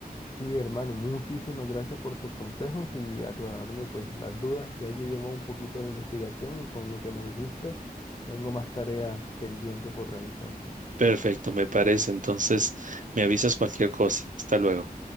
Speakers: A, on the left; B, on the right.
A: sí, hermano, muchísimas gracias por tus consejos y aclararme pues las dudas. Ya yo llevo un poquito de investigación y con lo que me dijiste, tengo más tarea pendiente por realizar.
B: Perfecto, me parece. Entonces, me avisas cualquier cosa. Hasta luego.